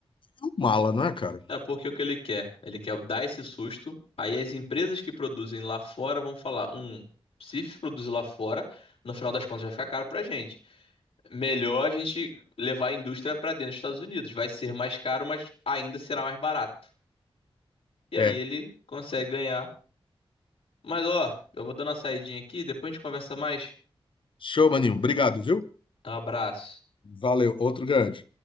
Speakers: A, on the left (about 55°); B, on the left (about 80°).
A: É um mala, não é, cara?
B: É porque o que ele quer? Ele quer dar esse susto. Aí as empresas que produzem lá fora vão falar, um, se produzir lá fora, no final das contas vai ficar caro pra gente. Melhor a gente levar a indústria para dentro dos Estados Unidos. Vai ser mais caro, mas ainda será mais barato. E
A: É.
B: aí ele consegue ganhar. Mas ó, eu vou dando uma saidinha aqui, depois a gente conversa mais.
A: Show, maninho. Obrigado, viu?
B: Um abraço.
A: Valeu. Outro grande.